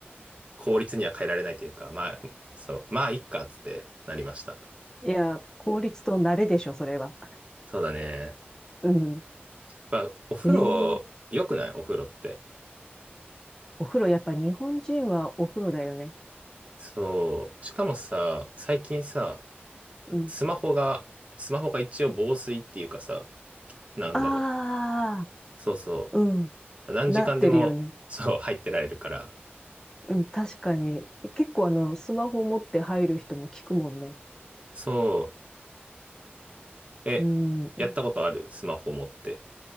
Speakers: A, on the right; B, on the left.
A: 効率には変えられないというか、まあ、そう、まあ、いっか、つってなりました。
B: いや、効率と慣れでしょ、それは。
A: そうだね。
B: うん。
A: まあ、お風呂、
B: ええ
A: 良くないお風呂って。
B: お風呂、やっぱ日本人はお風呂だよね。
A: そう。しかもさ、最近さ、
B: うん。
A: スマホが、スマホが一応防水っていうかさ、なんだろう。
B: ああ、
A: そうそ
B: うん。
A: う。何時間でも、
B: なってるよね。
A: <laughs> そう、入ってられるから。
B: うん、確かに。結構あの、スマホ持って入る人も聞くもんね。
A: そう。え、
B: うん。
A: やったことあるスマホ持って。